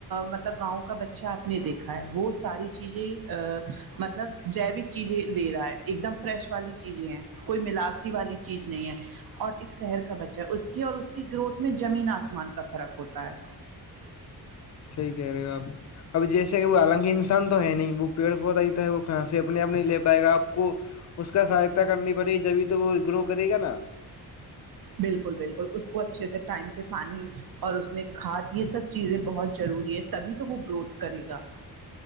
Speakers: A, on the right; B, on the left.
A: مطلب گاؤں کا بچہ آپ نے دیکھا ہے وہ ساری چیزیں ا مطلب جیوک چیزیں لے رہا ہے ایک دم فریش والی چیزیں ہیں کوئی ملاوٹی والی چیز نہیں ہے اور ایک شہر کا بچہ ہے اس کی اور اس کی گروتھ میں جمین آسمان کا فرق ہوتا ہے
B: سی کہہ رہی ہو آپ اب جیسے کہ وہ آالنکین پان تو ہے نہیں وہ پیڑ پودہ آتا ہے وہ کھانسی اپنے آپ نہیں لے پائے گا آپ آپ کو اس کا سہایتا کرنی پڑے گی جبھی تو وہ گرو کرے گا نا
A: بالکل بالکل اس کو اچھے سے ٹائم پہ پانی اور اس میں کھاد یہ سب چیزیں بہت ضروری ہے تبھی تو وہ گروتھ کرے گا